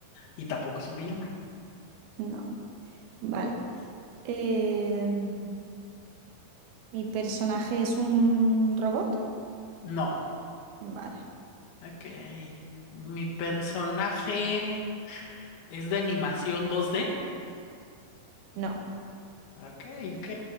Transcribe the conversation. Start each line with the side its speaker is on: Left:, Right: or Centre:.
Left: y tampoco es un villano.
Right: No. Vale. Em, ¿Mi personaje es un robot?
Left: No.
Right: Vale.
Left: Ok. Mi personaje es de animación dos d
Right: No.
Left: Ok, ok.